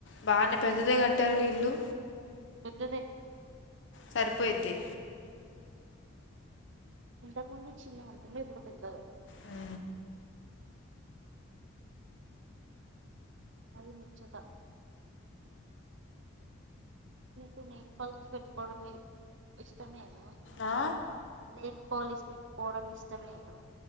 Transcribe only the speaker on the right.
పెద్దదే
ఇంతకుముందు చిన్న ఉంటుండే ఇప్పుడు పెద్దగా
అది ముచ్చట మీకు నీల్ <unintelligible> పెట్టుకోవడం మీ ఇష్టమేన
నెల్ పాలిష్ పెట్టు పోవడం ఇష్టమేనా